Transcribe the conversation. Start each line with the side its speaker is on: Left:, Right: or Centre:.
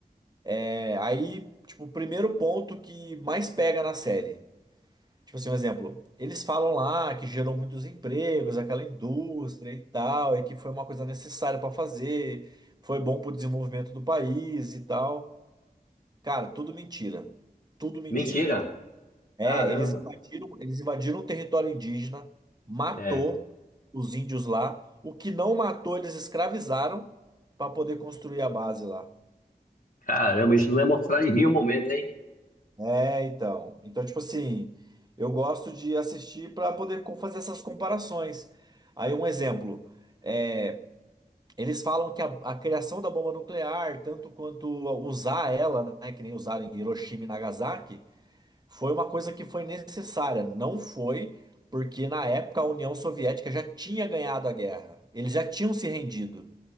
Right: É, aí, tipo, o primeiro ponto que mais pega na série. Tipo assim, um exemplo. Eles falam lá que gerou muitos empregos, aquela indústria e tal, e que foi uma coisa necessária pra fazer, foi bom pro desenvolvimento do país e tal. Cara, tudo mentira. Tudo mentira.
Left: Mentira!
Right: É,
Left: Caramba!
Right: eles invadiram, eles invadiram o território indígena, matou
Left: É,
Right: os índios lá. O que não matou, eles escravizaram pra poder construir a base lá.
Left: caramba, isso não é mostrar de mim o momento, hein?
Right: É, então. Então, tipo assim, eu gosto de assistir para poder co- fazer essas comparações. Aí, um exemplo. é, eles falam que a, a criação da bomba nuclear, tanto quanto usar ela, né, que nem usaram em Hiroshima e Nagasaki, foi uma coisa que foi necessária. Não foi porque, na época, a União Soviética já tinha ganhado a guerra. Eles já tinham se rendido.